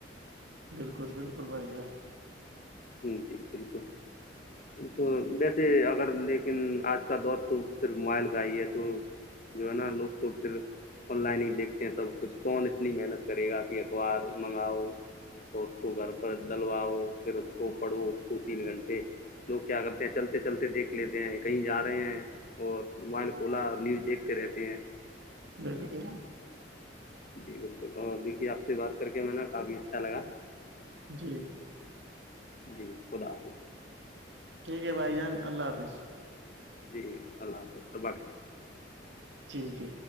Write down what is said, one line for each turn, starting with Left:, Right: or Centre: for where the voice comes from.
Right: بالکل بالکل بھائی جان
Left: جی بالکل تو ویسے اگر لیکن آج کا دور تو صرف موبائل کا ہی ہے تو جو ہے نا لوگ تو پھر آن لائن ہی دیکھتے ہیں سب کچھ کون اتنی محنت کرے گا کہ اخبار منگاؤ اور اس کو گھر پر ڈلواؤ پھر اس کو پڑھو دو تین گھنٹے لوگ کیا کرتے ہیں چلتے چلتے دیکھ لیتے ہیں کہیں جا رہے ہیں اور موبائل کھولا اور نیوز دیکھتے رہتے ہیں
Right: بالکل <inaudible>
Left: جی بالکل اور دی آپ سے بات کر کے میں نا کافی اچھا لگا
Right: جی
Left: جی خدا حافظ
Right: ٹھیک ہے بھائی جان اللہ حافظ
Left: جی اللہ حافظ صبح کے
Right: جی جی